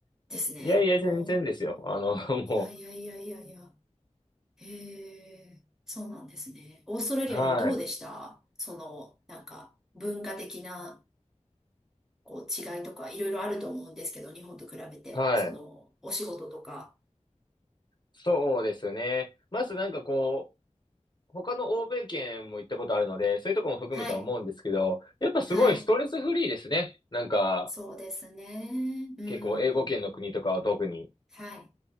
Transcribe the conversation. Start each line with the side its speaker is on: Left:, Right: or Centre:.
Centre: ですね。
Left: いやいや、全然ですよ。
Centre: おーおー、
Left: あの、<laughs> も
Centre: いやいやいやいやいや。へえ、そうなんですね。オーストラリアでもどうでしたその、
Left: う、はい、
Centre: なんか、文化的な、こう、違いとか、いろいろあると思うんですけど、日本と比べて、
Left: はい。
Centre: その、お仕事とか。
Left: そうですね。まずなんかこう、他の欧米圏も行ったことあるので、そういうとこも含めて思うんですけど、
Centre: はい、
Left: やっぱすごいストレスフリーですね。
Centre: はい。
Left: なんか、
Centre: そうですね。うん、
Left: 結構英語圏の国とかは特に。
Centre: はい。